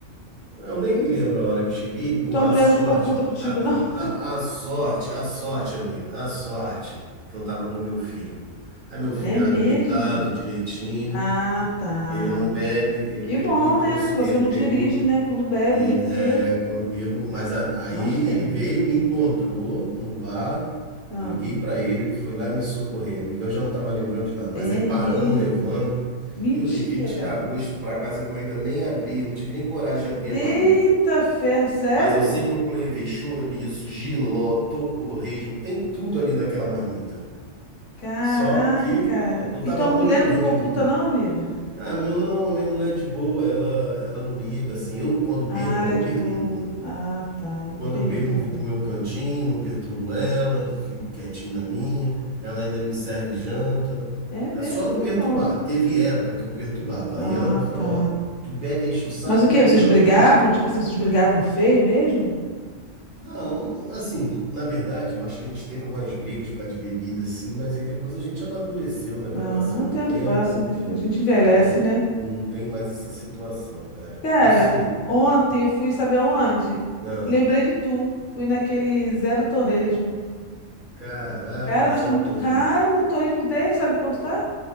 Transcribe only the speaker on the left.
E tua mulher
não ficou puta contigo,
não?
<laughs>
É mesmo?
Ah, tá.
Que
bom,
né? Que você
não
dirige, né? Quando bebe,
né? Porque,
imagina.
Ah,
é
mesmo.
Mentira.
Eita
ferro, sério?
Caraca,
cara.
E
tua
mulher não
ficou puta, não, amigo?
Ah, ela
é de
boa. Ah, tá. Entendi.
É mesmo,
que
bom.
Ah,
tá.
Mas o quê?
Vocês brigavam?
Tipo assim, vocês brigavam feio mesmo?
Ah,
o tempo
passa, né, filho? A gente envelhece,
né?
Cara,
ontem eu fui, sabe aonde?
Lembrei de tu. Fui naquele Zero Torresmo.
Cara, mas
tá muito
caro o torresmo dele, sabe quanto tá?